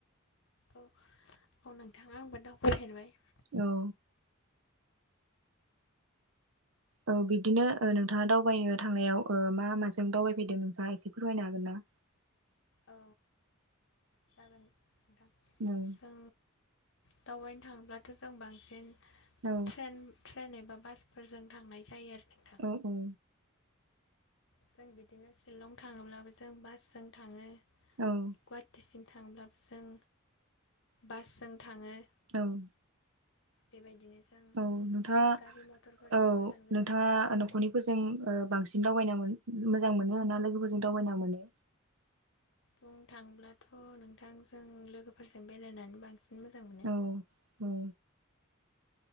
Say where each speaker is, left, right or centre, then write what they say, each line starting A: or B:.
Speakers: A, on the left (about 65°); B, on the right (about 70°).
A: औ औ नोंथाङा आंबो दावबायफेरबाय
B: औ औ बिब्दिनो ओ नोंथाङा दावबायनो थांनायाव ओ मा माजों दावबायफैदों नोंथाङा एसे फोरमायनो हागोन ना
A: औ जागोन नोंथां
B: औ
A: जों दावबायनो थांब्लाथ' जों बांसिन
B: औ
A: ट्रेन ट्रेनजों बासफोरजों थांनाय जायो आरो नोंथां
B: औ औ
A: जों बिदिनो शिलं थाङोब्लाबो जों बासजों थाङो
B: औ
A: गुवाहाटिसिम थांब्लाबो जों बासजों थाङो
B: औ
A: बेबायदिनो जों
B: औ नोंथाङा
A: गारि मथरफोरजों
B: औ
A: गोजान गोजान
B: नोंथाङा
A: बेरायनो थांनाय
B: न'खरनिफोरजों ओ बांसिन दावबायना मोजां मोनो ना लोगोफोरजों दावबायना मोनो
A: बुंनो थांब्लाथ' नोंथांजों लोगोफोरजों बेरायनानै बांसिन मोजां मोनो
B: औ औ